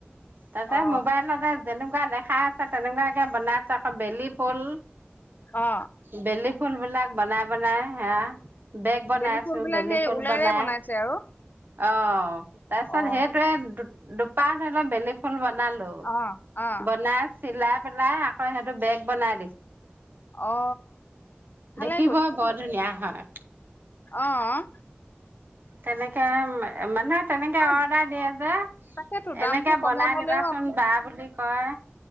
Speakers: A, on the right; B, on the left.
A: তাতে
B: অ
A: মোবাইলতে যেনেকুৱা দেখাই আছে তেনেকুৱাকে বনাই আছে আকৌ বেলি ফুল
B: অ
A: বেলি ফুল বিলাক বনাই বনাই হেয়া। বেগ বনাই
B: বেলি
A: আছো
B: ফুল বিলাক
A: বেলি
B: সেই
A: ফুল
B: ওলেৰে
A: বনাই।
B: বনাইছে আৰু
A: অ তাৰ পিছত
B: অ
A: সেইটয়ে দু-দুপাহ ধৰি লও বেলি ফুল বনালো।
B: অ অ
A: বনাই চিলাই পেলাই আকৌ সেইটো বেগ বনাই
B: অ ভালে
A: দেখিব বৰ ধুনীয়া হয়।
B: অঁ অঁ'
A: কেনেকে এ মানে- তেনেকে
B: অ
A: অৰ্ডাৰ দিয়ে যে
B: তাকেতো দামটো
A: এনেকে
B: কমত
A: বনাই
B: হলেও
A: দিবাচোন বা বুলি কয়।